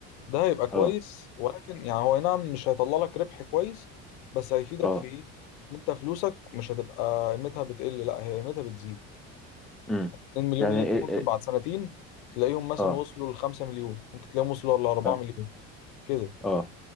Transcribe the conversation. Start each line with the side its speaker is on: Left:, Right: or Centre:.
Left: ده هيبقى كويس
Centre: أه
Left: ولكن يعني هو أي نعم مش هيطلع لك ربح كويس بس هيفيدك
Centre: اه
Left: في ايه إن انت فلوسك مش هتبقى قيمتها بتقل لا هي قيمتها بتزيد
Centre: امم
Left: 2 مليون
Centre: يعني
Left: جنيه دول
Centre: ال-
Left: ممكن
Centre: ال-
Left: بعد سنتين تلاقيهم مثلا
Centre: اه
Left: وصلوا ل 5 مليون ممكن تلاقيهم وصلوا ل 4
Centre: اه
Left: مليون كده
Centre: اه